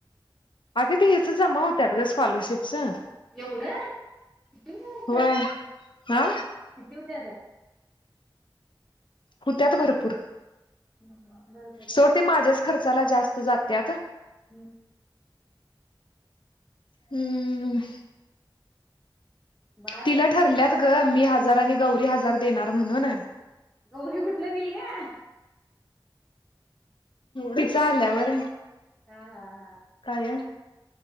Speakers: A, on the left; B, in the centre.
A: अगे ते ह्याच जमा होत्यात ग स्कॉलरशिपच
B: एवढं किती हो
A: होय हा
B: किती होतात?
A: होत्यात भरपूर
B: हा बरं बरं
A: सोड ते माझ्याच खर्चाला जास्त जातेत.
B: हम्म
A: हम्म.
B: बाद
A: तिला
B: मी
A: ठरल्यात
B: कधी फोन
A: गं
B: करेल
A: मी हजार आणि गौरी हजार देणार म्हणून.
B: गौरी कुठलं दिल गं?
A: तिच आल्यावर.
B: हां हां हां.
A: काय?